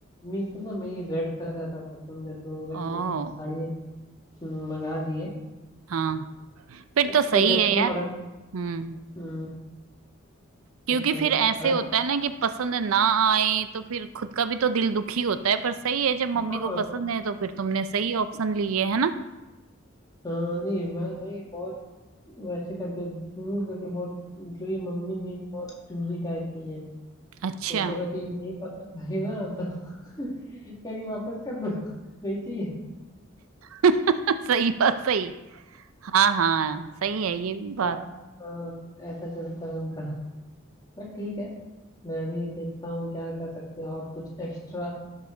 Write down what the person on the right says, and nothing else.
ओ
हाँ फिर
तो सही
है
यार
हम्म
क्योंकि
फिर ऐसे
होता
है ना कि पसंद ना आए तो फिर खुद का भी तो दिल दुखी होता है पर सही है जब मम्मी
को पसंद है तो फिर तुमने सही ऑप्शन लिए है ना
अच्छा
<laughs> सही बात सही हाँ हाँ सही है ये भी बात